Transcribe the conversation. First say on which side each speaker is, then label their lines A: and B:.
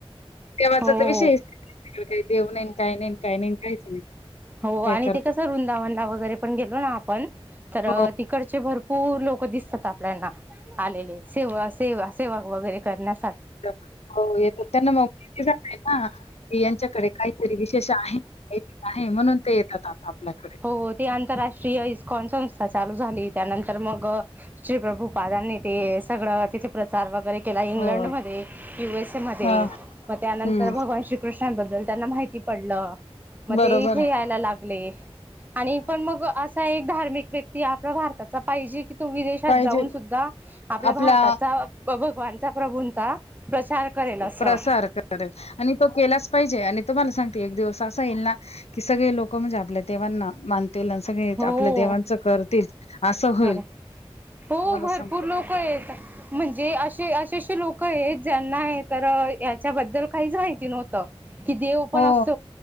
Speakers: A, on the left; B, on the right.
A: देवाचा
B: हो
A: तर विषयच <unintelligible> काय. देव नाही न, काय नाही न, काय नाही न कायच नाही.
B: हो
A: काय
B: आणि
A: करतो
B: ते कसं वृंदावनला वगैरे पण गेलो ना आपण, तर अ
A: हो
B: तिकडचे भरपूर लोक दिसतात आपल्याना, आलेले. सेवा, सेवा, सेवा वगैरे करण्यासा
A: <unintelligible> हो येत्यात त्यांना मग माहिती झालय ना की, यांच्याकडे काहीतरी विशेष आहे. <unintelligible> नाही म्हणून ते येतात आता. आपल्याकडे
B: हो ते आंतरराष्ट्रीय इस्कॉन संस्था चालू झाली. त्यानंतर मग श्री प्रभू पादांनी ते सगळं तिथे प्रचार वगैरे केला, इंग्लंड
A: हो
B: मध्ये, यु एस ए मध्ये,
A: हा
B: मग त्यानंतर
A: हम्म
B: भगवान श्रीकृष्णांबद्दल त्यांना माहिती पडलं, मग
A: बरोबर
B: ते इथे
A: आहे
B: यायला लागले. आणि पण मग असा एक धार्मिक व्यक्ती आपला भारताचा पाहिजे की, तो विदेशात
A: पाहिजे
B: जाऊन सुद्धा आपल्या
A: आपला
B: भारताचा, भगवानचा, प्रभूंचा प्रचार करेल असं
A: प्रसार करेल आणि तो केलाच पाहिजे आणि तुम्हाला सांगते, एक दिवस असा येईल ना, सगळे लोक म्हणजे आपल्या देवांना मान ते सगळे
B: हो
A: आपल्या देवांचं करतील असं होईल
B: हो हो
A: तुम्हाला
B: भरपूर
A: सांगते
B: लोक आहेत म्हणजे असे असे असे लोक आहेत ज्यांना याच्याबद्दल काहीच माहिती नव्हत की देव पण
A: हो
B: असत